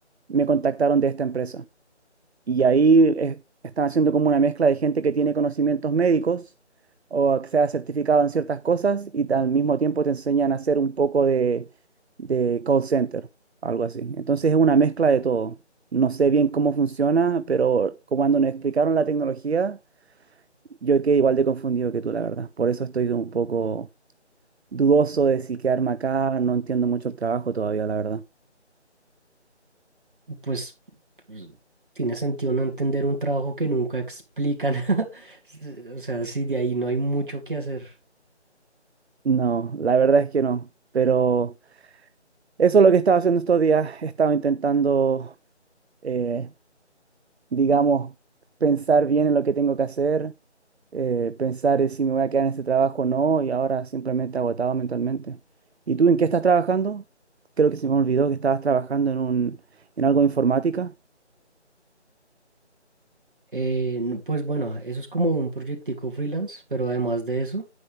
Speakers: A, on the right; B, on the right.
A: me contactaron de esta empresa. Y ahí es- están haciendo como una mezcla de gente que tiene conocimientos médicos o que sea certificado en ciertas cosas y ta- al mismo tiempo te enseñan a hacer un poco de, de call center, algo así. Entonces es una mezcla de todo. No sé bien cómo funciona, pero como cuando nos explicaron la tecnología, yo quedé igual de confundido que tú, la verdad. Por eso estoy un poco dudoso de si quedarme acá. No entiendo mucho el trabajo todavía, la verdad.
B: Pues Mm. tiene sentido no entender un trabajo que nunca explican. <laughs> O sea, si de ahí no hay mucho que hacer.
A: No, la verdad es que no. Pero... Eso es lo que estaba haciendo estos días. He estado intentando, eh, digamos, pensar bien en lo que tengo que hacer, eh, pensar en si me voy a quedar en este trabajo o no, y ahora simplemente agotado mentalmente. ¿Y tú en qué estás trabajando? Creo que se me olvidó que estabas trabajando en un, en algo de informática.
B: Eh, no, pues bueno, eso es como un proyectico freelance, pero además de eso,